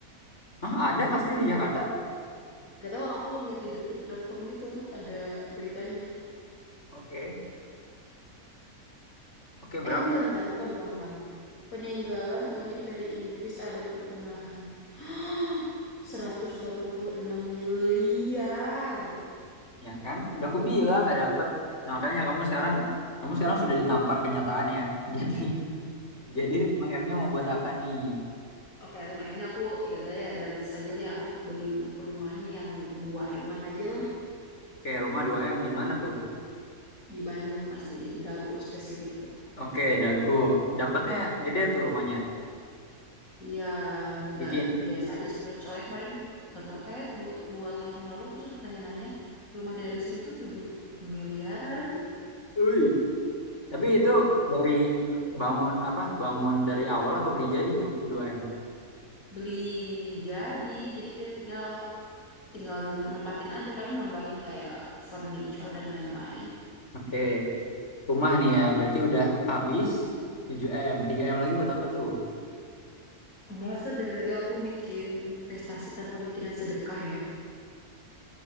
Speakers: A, on the left; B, on the left.
A: Ah, ada kastil di Jakarta?
B: Gak tahu aku lihat di detik. dot com gitu ada beritanya.
A: Oke. Oke, berapa?
B: Eh bentar bentar, bukan bukan bukan. Peninggalan unik dari Inggris abad pertengahan. <gasps> seratus delapan puluh enam miliar.
A: Ya kan? Udah aku bilang nggak dapet. Nah, makanya kamu sekarang kamu sekarang sudah ditampar kenyataan ya. <laughs> Jadi jadi 5M-nya mau buat apa nih?
B: Oke, lima m nya aku ya udah ya realistis aja deh aku beli rumahnya yang dua eman aja lah
A: Oke, rumah dua m di mana tuh?
B: di Bandung pasti di Dago spesifik tuh.
A: Oke, Dago. Dapatnya gede tuh rumahnya.
B: Iya, nggak
A: Bikin
B: biasa aja soalnya soalnya kemarin bukan kemarin, kayak dua, dua tahun yang lalu aku sempat tanya-nanya rumah daerah sini tuh tujuh miliaran
A: Ui. Tapi itu dari bangun apa? Bangun dari awal apa beli jadi tuh dua m
B: beli jadi. Jadi kita tinggal tinggal nempatin aja paling nambahin kayak furniture dan lain-lain.
A: Oke. Rumah nih ya, berarti udah habis tujuh m tiga m lagi buat apa tuh?
B: Masa dari tadi aku bikin investasi tanpa mikirin sedekah ya?